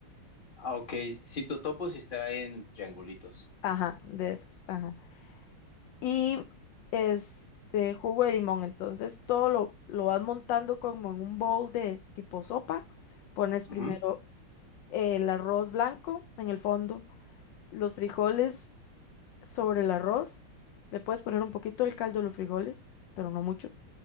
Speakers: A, on the left; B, on the left.
A: Ah, ok. Si totopo si está en triangulitos.
B: Ajá, de esas, ajá. Y este jugo de limón, entonces todo lo, lo vas montando como en un bowl de tipo sopa, pones primero
A: Ujú,
B: el arroz blanco en el fondo, los frijoles sobre el arroz. Le puedes poner un poquito del caldo de los frijoles, pero no mucho.